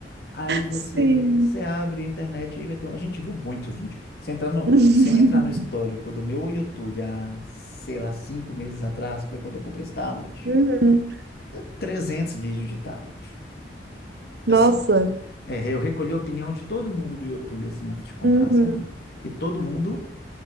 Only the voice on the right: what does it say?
Sim.
<laughs>
Uhum.
Nossa.
Uhum.